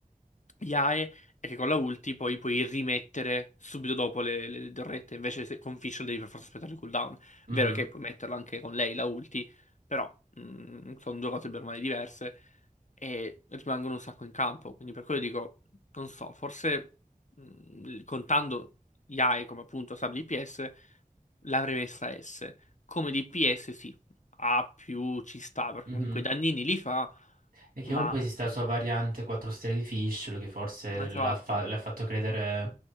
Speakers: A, on the left; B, on the right.
A: IAE è che con la ulti poi puoi rimettere subito dopo le, le torrette. Invece se, con Fischl devi per forza aspettare il cooldown.
B: Mhm,
A: Vero che puoi metterla anche con lei la ulti, però mm, sono due cose per male diverse e rimangono un sacco in campo. Quindi per quello dico, non so, forse mm, contando IAE come appunto sub DPS, l'avrei messa S. Come DPS sì, A più ci sta, perché
B: mhm.
A: comunque i dannini li fa,
B: E che
A: ma...
B: comunque esista la sua variante 4 stelle di Fischl che forse
A: Esatto.
B: l'ha fa- l'ha fatto credere